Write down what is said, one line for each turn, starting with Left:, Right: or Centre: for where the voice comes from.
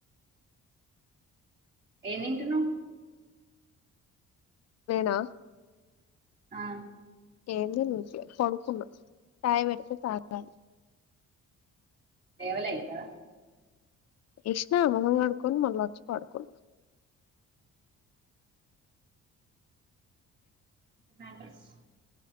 Right: ఏం తింటున్నవ్
Left: నేనా
Right: ఆ
Left: ఏంది లే పడుకున్నా చాయ్ పెడితే తాగుత
Right: లేవలే ఇంకా
Left: ఏష్నా మొఖం కడుక్కొని మల్లా వచ్చి పడుకున్న
Right: మ్యాట్రేస్